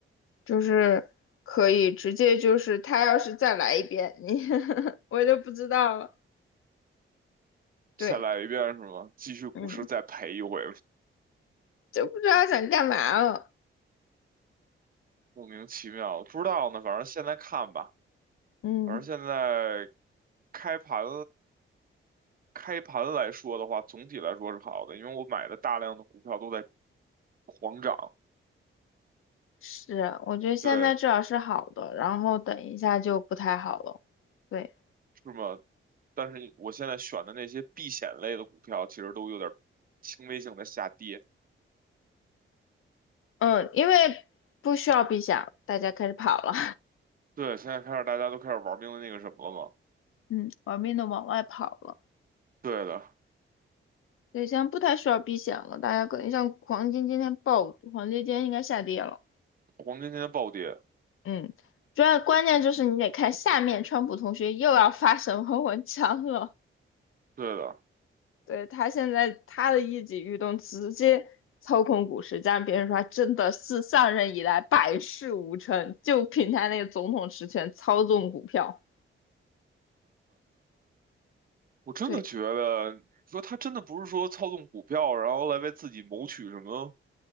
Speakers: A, on the left (about 80°); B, on the right (about 45°).
A: 就是可以直接就是他要是再来一遍，你 <laughs> 我就不知道了。对，
B: 再来一遍是吗？继续股市再赔一回。
A: 嗯，就不知道想干嘛了。
B: 莫名其妙，不知道呢。反正现在看吧，
A: 嗯。
B: 反正现在开盘开盘来说的话，总体来说是好的，因为我买的大量的股票都在狂涨，
A: 是，我觉得现在至少是好的，
B: 对，
A: 然后等一下就不太好了。对，
B: 是吗？但是我现在选的那些避险类的股票，其实都有点轻微性的下跌。
A: 嗯，因为不需要避险，大家开始跑了。
B: 对，现在开始大家都开始玩命的那个什么了嘛？
A: <laughs> 嗯，玩命的往外跑了。
B: 对的，
A: 对，现在不太需要避险了，大家可能像黄金今天爆，黄金今天应该下跌了。
B: 黄金今天暴跌，
A: 嗯，主要关键就是你得看下面川普同学又要发什么文章了。
B: 对的，
A: 对，他现在他的一举一动直接操控股市，加上别人说他真的是上任以来百事无成，就凭他那个总统实权操纵股票。
B: 我真的觉得，
A: 对，
B: 你说他真的不是说操纵股票，然后来为自己谋取什么？